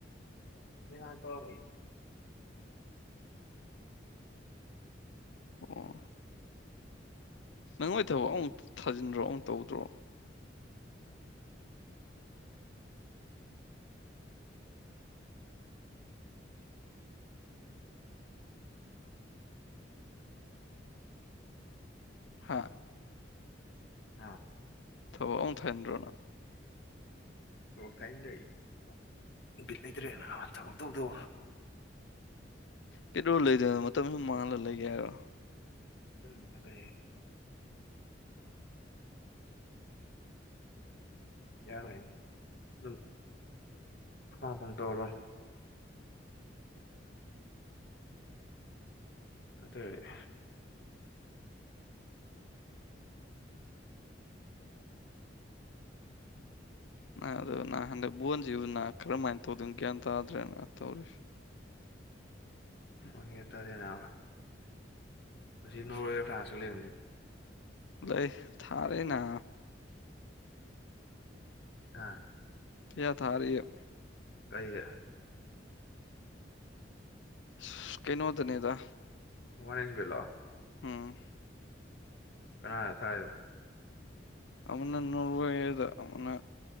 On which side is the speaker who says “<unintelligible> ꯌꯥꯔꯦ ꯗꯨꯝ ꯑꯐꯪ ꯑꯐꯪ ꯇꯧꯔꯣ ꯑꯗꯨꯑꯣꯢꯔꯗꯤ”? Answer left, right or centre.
Left